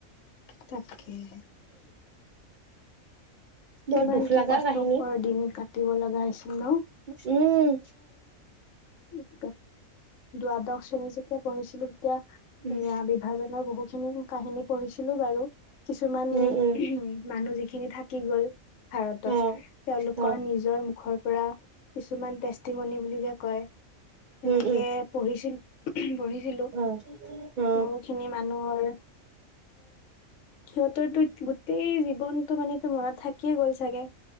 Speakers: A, on the left; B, on the right.
A: তাকেই।।
B: বৰ
A: কিমান
B: দুখ
A: কি
B: লগা
A: কষ্টকৰ
B: কাহিনী
A: দিন কাটিব লগা হৈছিল। ন
B: উম।
A: অ দ্বাদশ শ্ৰেণী যেতিয়া পঢ়িছিলো।। তেতিয়া সেয়া
B: উম
A: বিভাজনৰ বহুত।। নতুন নতুন কাহিনী পঢ়িছো। ছিলো বাৰু কিছুমান
B: উম
A: উ
B: উম
A: মানুজিক সেই খিনি থাকি গ'ল ভাৰতত
B: অ
A: তেওঁলোকৰ
B: অ
A: নিজৰ মুখৰ পৰা কিছুমান পতিমণি বুলি যে কয় তেনেকে
B: উম উম
A: পঢ়িছিল উম
B: অ অ
A: বহুখিনি মানুহৰ সিহঁতৰো গোটেই জীৱনতটো মানেো মনত থাকিয়ে গ'ল চাগে